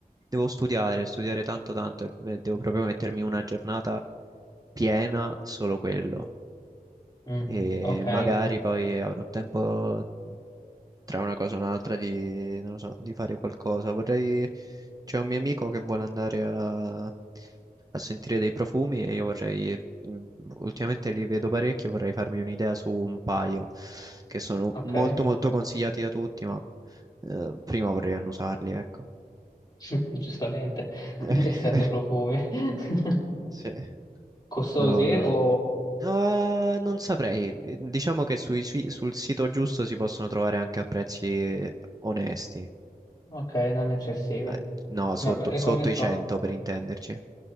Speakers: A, on the right (about 25°); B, on the left (about 25°).
A: devo studiare, studiare tanto tanto e e devo proprio mettermi una giornata piena solo quello
B: Mm,
A: e
B: Ok,
A: magari poi avrò tempo tra una cosa e un'altra di, non lo so, di fare qualcosa. Vorrei, c'è un mio amico che vuole andare a, a sentire dei profumi e io vorrei, mh, ultimamente li vedo parecchi e vorrei farmi un'idea su un paio che sono
B: ok,
A: molto molto consigliati da tutti, ma eh, prima vorrei annusarli, ecco.
B: <laughs> giustamente, <laughs>
A: <laughs>
B: essendo profumi. <laughs>
A: Sì.
B: Costosi
A: No, no, non...
B: o...
A: Ah, non saprei. Diciamo che sui si- sul sito giusto si possono trovare anche a prezzi onesti.
B: Ok, non eccessivi.
A: Eh, No,
B: Vabbè,
A: sotto,
B: e
A: sotto
B: come sono?
A: i 100 per intenderci.